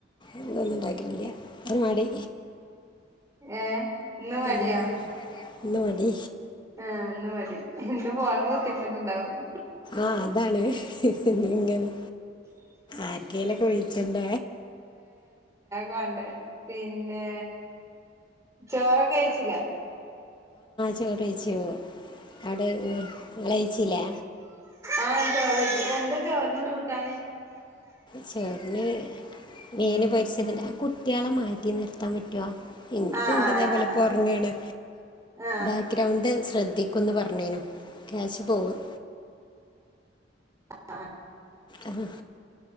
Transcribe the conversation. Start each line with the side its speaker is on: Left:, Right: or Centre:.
Left: ഇന്നോന്നും ഉണ്ടാക്കിട്ടില്ല. ഒരു മടി.
Right: ഏഹ ഇന്നും മടിയാ.
Left: ഉം, ഇന്ന് മടി
Right: ആ അന്ന് മതി എന്ത് പോണംത്തിന്നീട്ടുണ്ടാവും.
Left: ആഹ് അതാണ് പിന്നെ ഇങ്ങനെ ആർക്കേലൊക്കെ വിളിച്ചണ്ട.
Right: വണ്ടേ പിന്നെ ചോറൊക്ക കഴിച്ചില്ല.
Left: ചോറയിച്ചോ? അവിടെ ഇങ്ങളയിച്ചില്ലേ.
Right: ആഹ് ചോറയിച്ചു എന്താ ചോറിന് കൂട്ടാന്?
Left: ചേറിന് മീന് പരിസത് കുട്ട്യളെ മാറ്റി നിർത്താൻ പറ്റുവോ? എനിക്കുംണ്ട്തേപോലെ
Right: ആഹ് ആഹ്
Left: പോറങ്ങാണ്.
Right: ആഹ്
Left: ബാക്ക്ഗ്രൗണ്ട് ശ്രദ്ധിക്കുന്ന് പറഞ്ഞേനോ ക്യാശ് പോകും.
Right: ആ
Left: ആഹ്